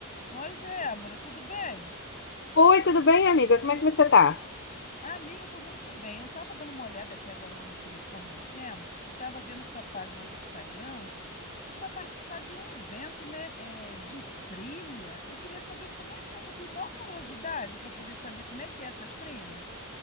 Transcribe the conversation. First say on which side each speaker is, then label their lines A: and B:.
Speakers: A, on the left (about 35°); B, on the left (about 55°).
A: Oi, Débora, tudo bem?
B: Oi, tudo bem, amiga? Como é que você tá?
A: Ah, amiga, eu tô muito bem. Eu tava dando uma olhada aqui agora no meu telefone mexendo e tava vendo sua página do Instagram. Você vai participar de um evento, né, é, de trilha. Eu queria saber como é que é, que eu tenho maior curiosidade para poder saber como é que é essas trilhas.